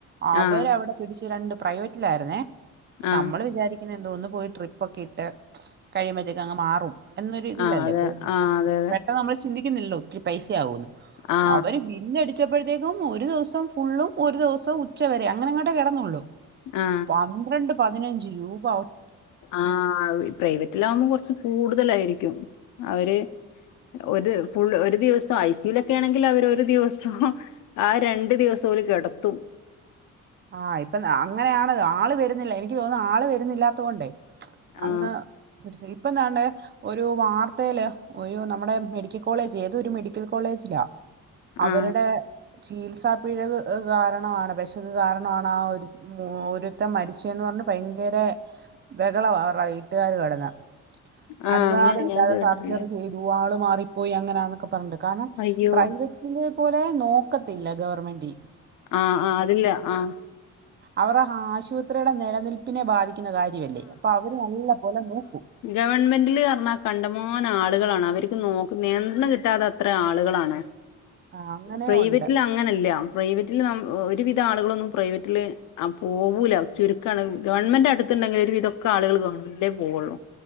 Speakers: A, on the right; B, on the left.
A: അവരവിടെ
B: ആ
A: പിടിച്ചുരണ്ട് പ്രൈവറ്റിലായിരുന്നേ പ്പ
B: ആ
A: നമ്മള് വിചാരിക്കുന്ന എന്താ ഒന്ന് പോയി ട്രിപ്പൊക്കെ ഇട്ട് കഴിയുമ്പോത്തേക്കങ്ങ് മാറും എന്നൊരു തിയിലല്ലേ
B: ആ അതെ
A: പോ.
B: ആ അതെ
A: പെട്ടന്നമ്മൾ ചിന്തിക്കുന്നില്ലോ ഒത്തിരി പൈസ ആവുന്ന്
B: ആ
A: അവര് ഞ്ഞി അടിച്ചപ്പോഴത്തേക്കും ഒരു ദിവസം ഫുള്ളും ഒരു ദിവസം ഉച്ചവരെ അങ്ങനെ അങ്ങോട്ടേ കിടന്നള്ളു
B: ആ
A: പന്ത്രണ്ട് പതിനഞ്ച് രൂപ ആവും
B: ആഹ് പ്രൈവറ്റിലാകുമ്പോം കുറച്ച് കൂടുതലായിരിക്കും അവര് ഒരു ഫുൾ ഒരു ദിവസം ഐ സിയുൽ ഒക്കെ ആണെങ്കിൽ അവര് ഒരു ദിവസം ആ രണ്ട് ദിവസല് ഓല് കിടത്തും
A: ആഹ് ഇപ്പൊ അങ്ങനെയാണല്ലോ ആള് വരുന്നില്ല ഇനിക്ക് തോന്നുന്നു ആള് വരുന്നില്ലാത്തത് കൊണ്ടേ അങ്ങ്
B: ആ
A: സുയി പ്പൊന്താണ്ട് ഒരു വാർത്തയില് ഒരു നമ്മുടെ മെഡിക്കൽ കോളേജ് ഏത ഒരു മെഡിക്കൽ കോളേജിലാ അവരുടെ
B: ആ
A: ചികിത്സാ പിഴക് കാരണമാണ് പക്ഷെ കാരണമാണ് ആ ഒരു ഒരുത്തൻ മരിച്ചന്ന് പറഞ്ഞ് ഭയങ്കര ബഹളവാ അവരുടെ വീട്ടുകാർ കെടന്ന്
B: ആ
A: അനുവാദമില്ലാതെ
B: അങ്ങനെ ഞാൻ കേട്ടിട്ടില്ല
A: സർജറി ചെയ്ത് ദോ ആള് മാറിപ്പോയി അങ്ങനാന്നൊക്കെ പറഞ്ഞിട്ട് കാരണം
B: അയ്യോ
A: പ്രൈവറ്റ് പിന്നെ പോലെ നോക്കത്തില്ല ഗവൺമെന്റിൽ
B: ആഹ് ആഹ് അത്ല്ല ആഹ്
A: അവരെ ആശുപത്രിയുടെ നിലനിൽപ്പിനെ ബാധിക്കുന്ന കാര്യ ല്ലേ അപ്പൊ അവര് നല്ല പോലെ നോക്കും
B: ഗവൺമെന്റിില് പറഞ്ഞാൽ കണ്ടമാന ആളുകളാണ് അവർക്ക് നോ നിയന്ത്രണം കിട്ടാത ത്ര ആളുകളാണ്
A: ആ അങ്ങനെ
B: പ്രൈവറ്റ്ല്
A: ഉണ്ട്
B: അങ്ങനെയല്ല പ്രൈവറ്റില് ഒരുവിധ ആളുകളൊന്നും പ്രൈവറ്റില് ആഹ് പോവൂല ചുരുക്കമാണ് ഗവൺമെന്റ് അടുത്ത് ണ്ടെങ്കിൽ ഒരുവിതൊക്കെ ആളുകള് ഗവൺമെന്റിലേ പോവുള്ളൂ